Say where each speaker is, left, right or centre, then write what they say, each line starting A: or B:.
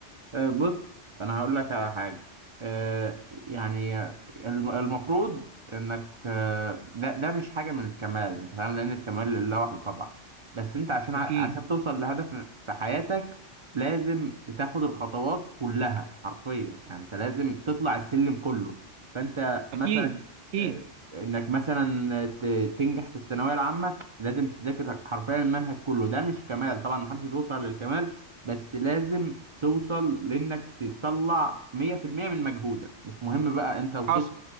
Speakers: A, on the right (about 55°); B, on the right (about 70°).
A: آه، بص انا هقول لك على حاجه آه، يعني الم- المفروض انك آه، ده ده مش حاجه من الكمال انت فاهم لان الكمال لله وحده طبعا بس انت عشان ع-
B: اكيد
A: عشان توصل لهدف في حياتك لازم تاخد الخطوات كلها حرفيا يعني انت لازم تطلع السلم كله فانت مثلا
B: اكيد اكيد
A: آه، انك مثلا ت- تنجح في الثانويه العامه لازم تذاكر حرفيا المنهج كله ده مش كمال طبعا محدش بيوصل للكمال بس لازم توصل لانك تطلع 100% من مجهودك مش مهم بقى انت وصلت
B: حصل